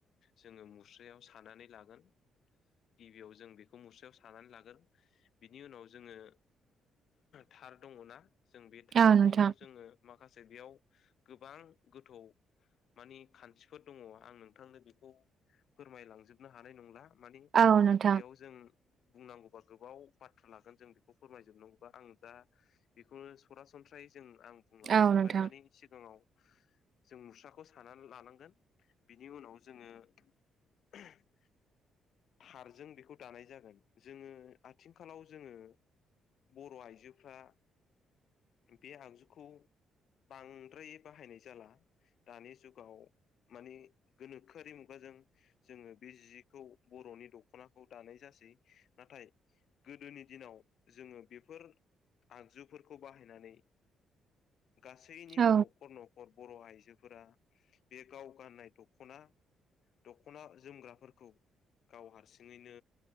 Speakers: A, on the left; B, on the right.
A: जो ङो मुस्रायाव सानानै लागोन। गिबियाव जों बेखौ मुस्रायाव सानानै लागोन। बिनि उनाव जोङो थार दङ' ना। जों बे थारखौनो
B: औ नोंथां
A: जोङो माखासे बेयाव गोबां गोथौ मानि खान्थिफोर दङ' आं नोंथांनो बेखौ फोरमायलांजोबनो हानाय नंला। मानि
B: औ नोंथां
A: बेयाव जों बुंनांगौबा गोबाव बाथ्रा लागोन जों बेखौ फोरमायजोबनांगौबा आं दा बेखौनो सरासन जों आं बुंलांनो
B: औ
A: सानबाय
B: नोंथां
A: मानि सिगाङाव जों मुस्राखौ सानानै लानांगोन। बिनि उनाव जोङो <unintelligible> थारजों बेखौ दानाय जागोन। जोङो आथिंखालाव जोङो बर' आइजोफ्रा बे आगजुखौ बांद्राय बाहायनाय जाला। दानि जुगाव माने गोनोखोआरि मुगाजों जोङो बे जिखौ बर'नि दख'नाखौ दानाय जा सै। नाथाय गोदोनि दिनाव जोङो बेफोर आगजुफोरखौ बाहाय नानै गासैनिबो
B: औ
A: न'खर न'खर बर' आइजोफोरा बे गाव गाननाय दख'ना दख'ना जोमग्राफोरखौ गाव हारसिङैनो